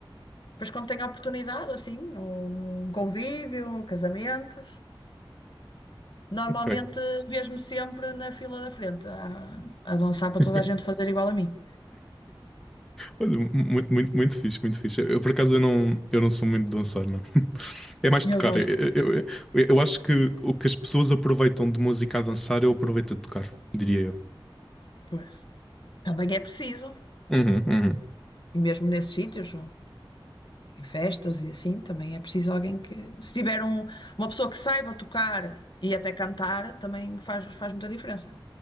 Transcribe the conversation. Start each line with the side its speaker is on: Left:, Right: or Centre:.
Left: Depois quando tenho a oportunidade, assim, ou num convívio, casamentos, normalmente
Centre: ok.
Left: vejo-me sempre na fila da frente, a, a dançar para
Centre: <laughs>
Left: toda a gente fazer igual a mim.
Centre: Olha, mu- muito, muito fixe, muito fixe. Eu, por acaso, eu não, eu não sou muito de dançar, não. <laughs> É mais de tocar.
Left: Eu gosto.
Centre: Eu, eu, eu, eu acho que o que as pessoas aproveitam de música a dançar, eu aproveito a tocar, diria eu.
Left: Pois. Também é preciso.
Centre: Uhum, uhum.
Left: E mesmo nesses sítios. em festas e assim, também é preciso alguém que, se tiver um- uma pessoa que saiba tocar e até cantar, também faz, faz muita diferença.